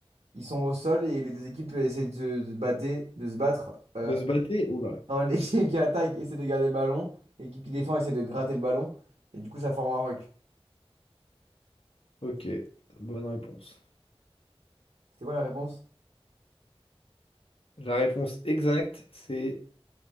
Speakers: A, on the right; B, on the left.
A: ils sont au sol et les deux équipes euh, essaient de se, de se battre, de se battre. Euh,
B: De se battre? Oula.
A: un- <laughs> l'équipe qui attaque essaie de garder le ballon, l'équipe qui défend essaie de gratter le ballon, et du coup, ça forme un ruck.
B: Ok, bonne réponse.
A: C'était quoi la réponse?
B: La réponse exacte, c'est.